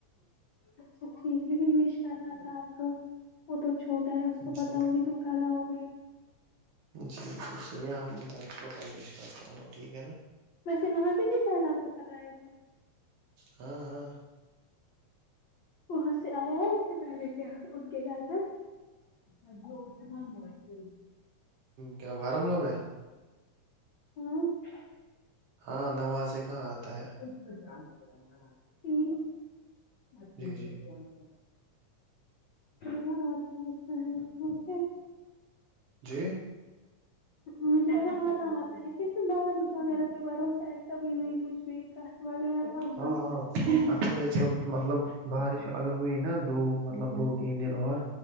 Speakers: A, on the left (about 80°); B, on the right (about 65°).
A: اچھا ٹھیک لیکن وش کرنا تھا آپ کو وہ تو چھوٹا ہے اس کو
B: جی
A: پتا ہوگی تم کیا لاؤ گے
B: جی جی چلیے ہم میں اس کو ک بات کروں گا ٹھیک ہے نا
A: ویسے وہاں سے بھی سہنا آپ کا خطرہ ہے کیا
B: ہاں ہاں
A: وہاں سے آیا ہے اس سے پہلے کیا ان کے گھر پ ہ جی اور سے کون ب <unintelligible>
B: کیا بارامولہ میں
A: ہاں <inaudible>
B: ہاں نواز سے کہاں آتا ہے
A: چ ٹھیک <inaudible>
B: جی جی
A: مہ آتا مطتا ہے کیونکہ <unintelligible>
B: جی
A: ا <inaudible> جہ ہاتھ آتا ہے کیونکہ بارش وغیرہ پہ بھروسہ ہے کبھی بھی کچھ بھی رخت وغیرہ پاتی
B: ہاں ہاں اصل میںج جو مطلب بارش اگر ہوئی نا دو مطلب دو تین دن اور